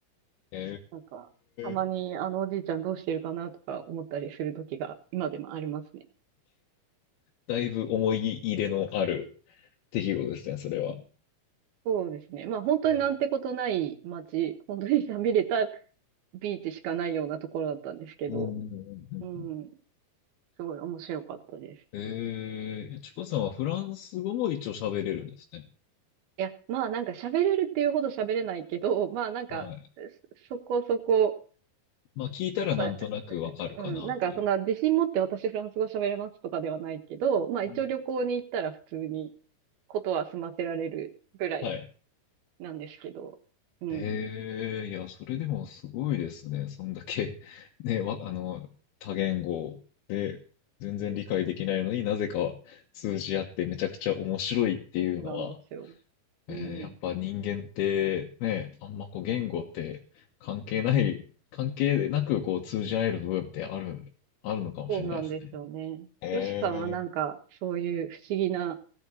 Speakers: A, on the left (about 80°); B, on the right (about 75°).
A: え
B: なんか、たまにあのおじいちゃんどうしてるかなとか思ったりする時が今でもありますね。
A: えーだいぶ思い入れのある出来事ですね、それは。
B: そうですね。まあ本当になんてことない街、
A: え
B: 本当に寂れたビーチしかないようなところだったんですけど、
A: ーうんうんうんうん
B: うん、すごい面白かったです。
A: ええちこさんはフランス語も一応喋れるんですね。
B: いや、まあなんか喋れるっていうほど喋れないけど、まあなんか、
A: はい。
B: そそこそこ、
A: まあ聞いたらなんとなくわかるかなという。
B: まあ、うん、なんかそんな自信持って私フランス語喋れますとかではないけど、まあ一応旅行に行ったら普通に
A: うん
B: ことは済ませられるぐらい
A: はい。
B: なんですけど。うん。
A: ええいや、それでもすごいですね。そんだけ、<laughs> ね、わ、あの、多言語で全然理解できないのになぜか通じ合ってめちゃくちゃ面白いっていうのは、
B: そうなんですよ。
A: えーやっぱ人間ってね、
B: うん。
A: あんまこう言語って関係ない、関係なくこう通じ合える部分ってある、あるのかもしれないですね。
B: そうなんですよね。
A: え
B: よしさんはなんか、そういう不思議な